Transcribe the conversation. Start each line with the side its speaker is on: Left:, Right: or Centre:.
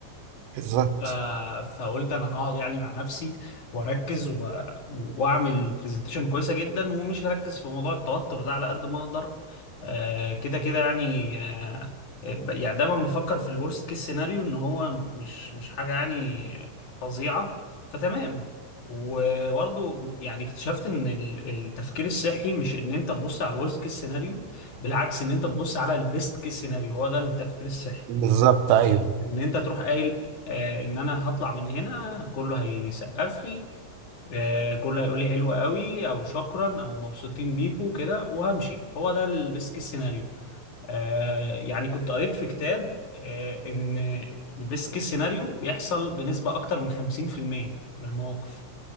Right: بالظبط
Left: ف- فقلت انا هقعد يعني مع نفسي واركز و... واعمل برزنتيشن كويسه جدا ومش هركز في موضوع التوتر ده على قد ما اقدر آه، كده كده يعني آه، ب- يعني دايما بفكر في الورست كيس سيناريو ان هو مش مش حاجه يعني فظيعه فتمام وبرضو يعني اكتشفت ان ال- التفكير الصحي مش ان انت تبص على الورست كيس سيناريو بالعكس ان انت تبص على البيست كيس سيناريو هو ده التفكير الصحي
Right: بالظبط ايوه
Left: ان انت تروح قايل آه ان انا هطلع من هنا كله هيسقف لي آه كله هيقول لي حلو قوي او شكرا او مبسوطين بيكو كده وهمشي هو ده البيسك سيناريو آه يعني كنت قريت في كتاب آه ان البيسك سيناريو بيحصل بنسبة اكتر من 50% من المواقف